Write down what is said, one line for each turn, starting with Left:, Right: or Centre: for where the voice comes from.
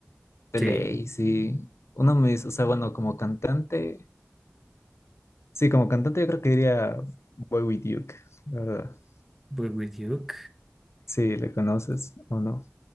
Left: De
Centre: Sí,
Left: ley, sí. Uno me dice, o sea, bueno, como cantante, sí, como cantante yo creo que diría Boy With Duke, la verdad.
Centre: Boy With You.
Left: Sí, ¿le conoces o no?